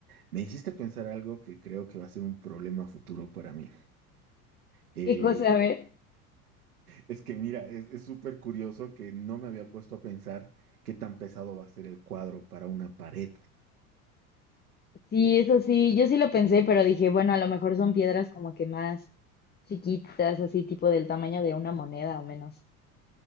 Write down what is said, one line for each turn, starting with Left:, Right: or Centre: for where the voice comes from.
Right: Me hiciste pensar algo que creo que va a ser un problema futuro para mí. Eh,
Left: ¿Qué cosa, a ver?
Right: es que mira, es, es súper curioso que no me había puesto a pensar qué tan pesado va a ser el cuadro para una pared.
Left: Sí, eso sí, yo sí lo pensé, pero dije, bueno, a lo mejor son piedras como que más chiquitas, así tipo del tamaño de una moneda o menos.